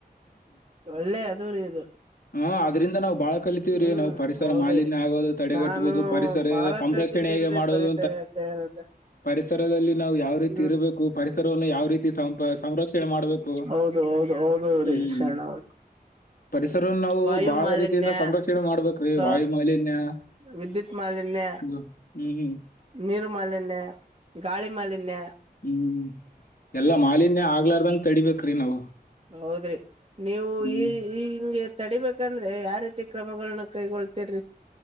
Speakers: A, on the right; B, on the left.
A: ಒಳ್ಳೆ ಅದು ರೀ ಇದು
B: ಹಾ ಅದ್ರಿಂದ ನಾವು ಬಾಳ ಕಲಿತೀವ್ರೀ
A: ಹ್ಮ್
B: ನಾವು ಪರಿಸರ
A: ಹೌದ್ರಿ
B: ಮಾಲಿನ್ಯ ಆಗೋದು ತಡೆಗಟ್ಟಬಹುದು
A: ನಾನು
B: ಪರಿಸರದ
A: ಬಾಳ
B: ಸಂರಕ್ಷಣೆ
A: ಕಲ್ತಿದ್ದೇನ್ರೀ
B: ಹೇಗೆ ಮಾಡುವುದು
A: <unintelligible>
B: ಪರಿಸರದಲ್ಲಿ ನಾವು ಯಾವ ರೀತಿ
A: ಹ್ಮ್
B: ಇರಬೇಕು ಪರಿಸರವನ್ನು ಯಾವ ರೀತಿ ಸಂರಕ್ಷಣೆ ಮಾಡ್ಬೇಕು
A: ಹೌದು ಹೌದು ಹೌದುರೀ
B: ಹ್ಮ್
A: ಶರಣ ಅವ್ರ
B: ಪರಿಸರ ನಾವು
A: ವಾಯು
B: ಬಹಳ
A: ಮಾಲಿನ್ಯ
B: ರೀತಿಯಿಂದ ಸಂರಕ್ಷಣೆ ಮಾಡ್ಬೇಕ್ರೀ
A: ಸ
B: ವಾಯು ಮಾಲಿನ್ಯ
A: ವಿದ್ಯುತ್ ಮಾಲಿನ್ಯ
B: ಹ್ಮ್ ಹ್ಮ್
A: ನೀರು ಮಾಲಿನ್ಯ ಗಾಳಿ ಮಾಲಿನ್ಯ
B: ಹ್ಮ್ ಎಲ್ಲಾ ಮಾಲಿನ್ಯ ಆಗ್ಲಾರ್ದಂಗ ತಡಿಬೇಕ್ರಿ ನಾವು
A: ಹೌದ್ರಿ ನೀವು
B: ಹ್ಮ್.
A: ಈ ಇಂಗೆ ತಡಿಬೇಕಂದ್ರೆ ಯಾವ ರೀತಿ ಕ್ರಮಗಳನ್ನ ಕೈಗೊಳ್ತಿರಿ